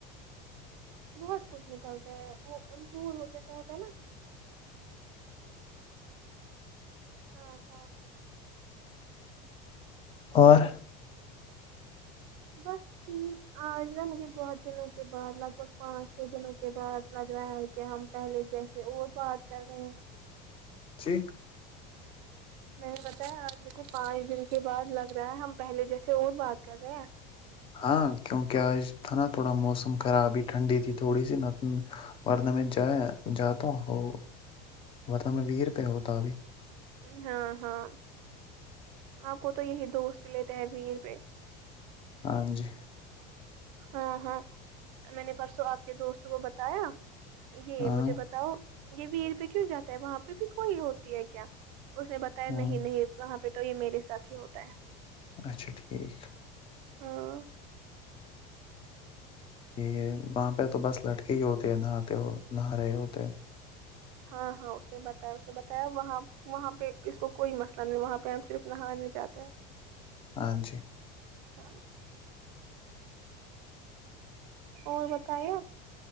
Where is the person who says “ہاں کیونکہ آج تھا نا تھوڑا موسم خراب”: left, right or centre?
Left